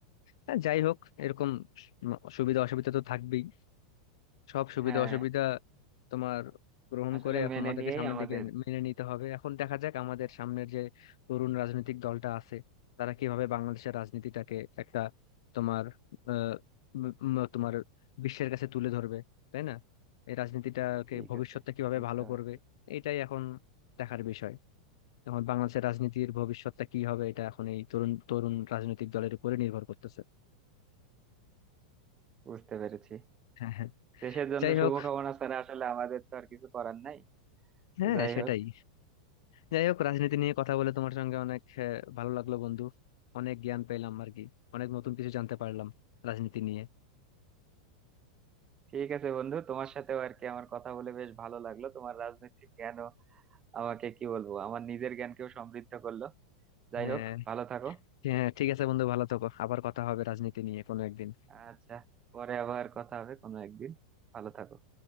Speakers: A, on the left (about 70°); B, on the right (about 30°).
A: হ্যাঁ, যাই হোক এরকম উম, সুবিধা অসুবিধা তো থাকবেই সব সুবিধা
B: হ্যাঁ
A: অসুবিধা তোমার গ্রহণ
B: আসলে
A: করে এখন
B: মেনে
A: আমাদেরকে
B: নিয়েই
A: সামনের
B: আমাদের
A: দিকে মেনে নিতে হবে এখন দেখা যাক আমাদের সামনের যে তরুণ রাজনৈতিক দলটা আছে তারা কিভাবে বাংলাদেশের রাজনীতিটাকে একটা তোমার আহ উম, উম, তোমার বিশ্বের কাছে তুলে ধরবে তাই না এই রাজনীতিটাকে
B: ঠিক
A: ভবিষ্যৎটা
B: আছে
A: কিভাবে
B: বুঝতে
A: ভালো
B: পারছি
A: করবে এটাই এখন দেখার বিষয় এখন বাংলাদেশের রাজনীতির ভবিষ্যৎটা কি হবে এটা এখন এই তরুণ তরুণ রাজনৈতিক দলের উপরে নির্ভর করতেছে
B: বুঝতে পেরেছি
A: হ্যাঁ হ্যাঁ
B: দেশের জন্য
A: যাই হোক
B: শুভকামনা ছাড়া আসলে আমাদের তো আর কিছু করার নাই
A: হ্যাঁ
B: তো যাই
A: সেটাই
B: হোক
A: যাই হোক রাজনীতি নিয়ে কথা বলে তোমার সঙ্গে অনেক আহ, ভালো লাগলো বন্ধু অনেক জ্ঞান পেলাম আর কি অনেক নতুন কিছু জানতে পারলাম রাজনীতি নিয়ে
B: ঠিক আছে বন্ধু তোমার সাথেও আর কি আমার কথা বলে বেশ ভালো লাগলো তোমার রাজনৈতিক জ্ঞান আমাকে কি বলবো আমার নিজের জ্ঞানকেও সমৃদ্ধ করলো যাই
A: হ্যাঁ
B: হোক ভালো থাকো
A: হ্যাঁ ঠিক আছে বন্ধু ভালো থাকো আবার কথা হবে রাজনীতি নিয়ে কোনো একদিন
B: আচ্ছা পরে আবার কথা হবে কোনো একদিন ভালো থাকো